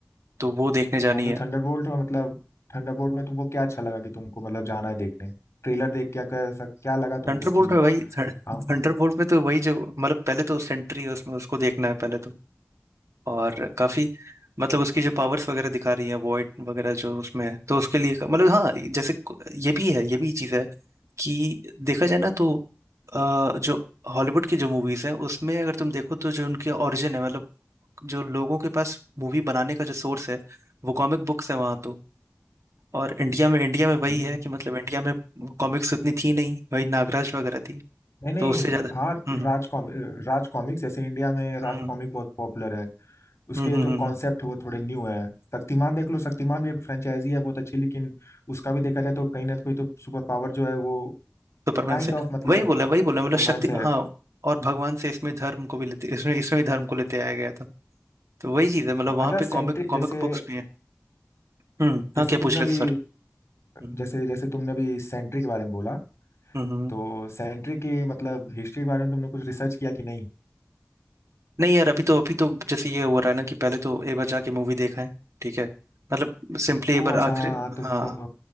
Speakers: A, on the right; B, on the left.
A: तो वो देखने जानी
B: हाँ तो
A: है
B: थंडरबोल्ट में मतलब थंडरबोल्ट में तुमको क्या अच्छा लगा कि तुमको मतलब जाना है देखने ट्रेलर देख क्या कैसा क्या लगा तुमको
A: थंडरबोल्ट
B: कि
A: में वही थंडरबोल्ट
B: हाँ
A: में तो वही जो मतलब पहले तो सेंट्री है उसमें उसको देखना है पहले तो और काफी मतलब उसकी जो पावर्स वगैरह दिखा रही है वॉइड वगैरह जो उसमें है तो उसके लिए मतलब हाँ जैसे को- ये भी है ये भी चीज़ है कि देखा जाए ना तो अ, जो हॉलीवुड की जो मूवीज हैं उसमें अगर तुम देखो तो जो उनके ओरिजिन है मतलब जो लोगों के पास मूवी बनाने का जो सोर्स है वो कॉमिक बुक्स है वहाँ तो और इंडिया में इंडिया में वही
B: हम्म,
A: है कि मतलब इंडिया में कॉमिक्स उतनी थी नहीं वही नागराज वगैरह थी
B: नहीं नहीं
A: तो उससे ज्यादा
B: हाँ
A: हम्म
B: राज कॉमिक राज कॉमिक जैसे इंडिया में राज
A: हम्म हम्म
B: कॉमिक बहुत पॉपुलर है उसके
A: हम्म हम्म,
B: जो
A: हम्म।
B: कॉन्सेप्ट
A: हम्म।
B: है वो थोड़े न्यू है शक्तिमान देख लो शक्तिमान भी एक फ्रेंचाइजी है बहुत अच्छी लेकिन उसका भी देखा जाए तो कहीं ना कहीं तो सुपर पावर जो है वो
A: सुपरमैन
B: काइंड
A: से
B: ऑफ मतलब
A: वही बोला वही बोला
B: सुपरमैन
A: मतलब शक्ति
B: से है।
A: हाँ और भगवान से इसमें धर्म को भी लेते इसमें इसमें भी धर्म को लेते आया गया था तो वही चीज है मतलब वहां
B: अच्छा
A: पे
B: सेंट्रिक
A: कॉमिक कॉमिक
B: जैसे
A: बुक्स भी है हम्म हाँ
B: जैसे
A: क्या
B: तुमने
A: पूछ रहे
B: अभी
A: थे सॉरी हम्म
B: जैसे जैसे तुमने अभी सेंट्रिक के बारे में बोला
A: हम्म।
B: तो सेंट्रिक की मतलब हिस्ट्री के बारे में तुमने कुछ रिसर्च किया कि नहीं
A: नहीं यार अभी तो अभी तो जैसे ये हो रहा है ना कि पहले तो एक बार जाके मूवी देखा है ठीक है मतलब सिंपली एक
B: ओ
A: बार
B: अच्छा
A: आखिरी
B: हाँ हाँ, तुमको
A: हाँ